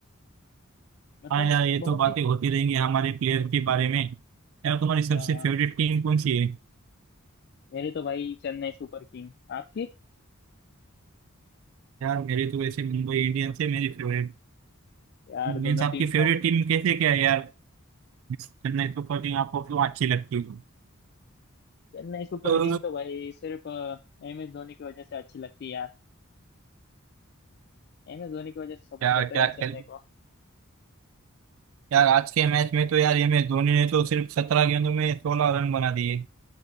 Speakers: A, on the left; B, on the right.
A: मतलब
B: हाँ यार ये
A: बहुत
B: तो बातें
A: ही
B: होती रहेंगी हमारे प्लेयर के बारे में यार तुम्हारी सबसे
A: यार
B: फेवरेट टीम कौन सी है
A: मेरी तो भाई चेन्नई सुपर किंग आपकी
B: यार मेरी तो वैसे मुंबई इंडियंस है मेरी फेवरेट
A: यार
B: मीन्स
A: दोनों
B: आपकी
A: team
B: फेवरेट
A: top
B: टीम कैसे क्या है यार Means चेन्नई सुपर किंग आपको क्यों अच्छी लगती है
A: Chennai super
B: तो
A: king तो भाई सिर्फ एम एस धोनी की वजह से अच्छी लगती है यार एम एस धोनी की वजह से सपोर्ट
B: क्या
A: करता
B: क्या
A: है यार चेन्नई
B: खेल
A: को
B: यार आज के मैच में तो यार एम एस धोनी ने तो सिर्फ सत्रह गेंदों में सोलह रन बना दिए